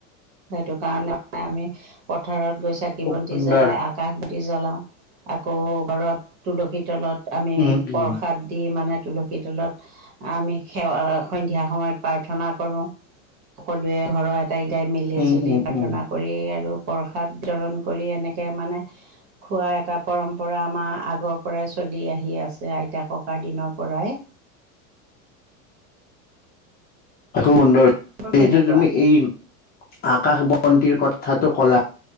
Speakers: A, on the right; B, on the left.
A: সেইটো কাৰণে মানে আমি পথাৰত গৈ চাকি
B: খুব
A: বন্তি
B: সুন্দৰ
A: জ্বলাই আগ আকাশ বন্তি জ্বলাও আকৌ ঘৰত তুলসীৰ তলত, আমি
B: উম উম
A: প্ৰসাদ দি মানে তুলসী সি তলত আমি সেৱা সন্ধিয়া সময়ত প্ৰাৰ্থনা কৰো। সকলোৱে ঘৰৰ এটাই কেইটাই মিলি
B: উম
A: জুলি
B: উম উম
A: প্ৰাৰ্থনা কৰি আৰু প্ৰসাদ বিতৰণ কৰি এনেকে মানে খোৱা এটা পৰম্পৰা আমাৰ আগৰ পৰাই চলি আহি আছে আইতা ককাৰ দিনৰ পৰাই।
B: খুব সুন্দৰ
A: তোৰ
B: যিহেতু
A: কেনেকুৱা
B: তুমি এই আকাশ বন্তিৰ কথাটো কলা।